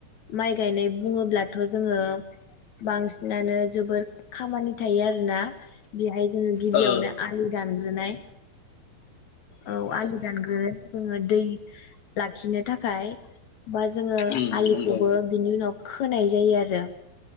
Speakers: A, on the left; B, on the left.
A: माइ गायनाय बुङोब्लाथ' जोङो बांसिनानो जोबोर खामानि थायो आरोना बेहाय ओ गिबियावनो
B: ओ
A: आलि दान ग्रोनाय औ आलिदानग्रो जोङो दै लाखिनो थाखाय बा जोङो
B: उम
A: आलिखौबो
B: नंगौ
A: बिनि उनाव खोनाय जायो आरो।